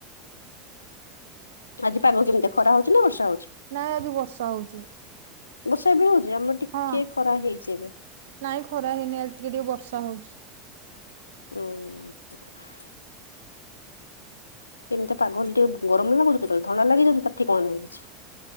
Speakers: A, on the left (about 80°); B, on the right (about 65°).
A: ଆଜି ପାଗ କେମିତି ଖରା ହଉଛି ନା ବର୍ଷା ହଉଛି?
B: ନାଇଁ ଆଜି ବର୍ଷା ହଉଛି।
A: ବର୍ଷା ଏବେ ହଉଛି ଆମର ଟିକେ
B: ହଁ
A: ଖରା ହେଇଛି ଏବେ।
B: ନାଇଁ ଖରା ହେଇନି ଇଆଡ଼େ। ଟିକେ ଟିକେ ବର୍ଷା ହଉଛି।
A: ହୁଁ। ଏମିତିଆ ପାଗ ହେଲେ ଟିକେ ଗରମ ଲାଗୁଛି କେତେବେଳେ ଥଣ୍ଡା ଲାଗିଯାଉଛି ତାର ଠିକଣା ନାହିଁ କିଛି।